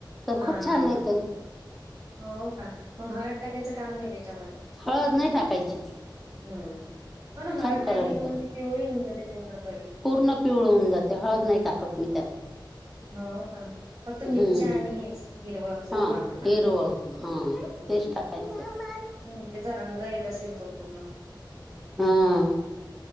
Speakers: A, in the centre; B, on the right.
A: तर
B: हा
A: खूप
B: हा
A: छान
B: हा,
A: येतं
B: हो का! मग हळद टाकयच काम नाही काही त्यामध्ये
A: हळद नाही टाकायची
B: हम्म हो ना हळद
A: छान कलर
B: टाकली
A: येतो
B: की मग ती पिवळी होऊन जाते पूर्ण कडी
A: पूर्ण पिवळ होऊन जातय. हळद नाही टाकत मी त्यात.
B: हो का? फक्त मिरच्या
A: हम्म
B: आणि हे हिरवं सर्व
A: हा
B: आपण टाकतो
A: हिरवळ
B: ते. हम्म.
A: हा तेच टाकायचं
B: हम्म, त्याचा रंग येत असेल तो पूर्ण.
A: हा
B: हम्म.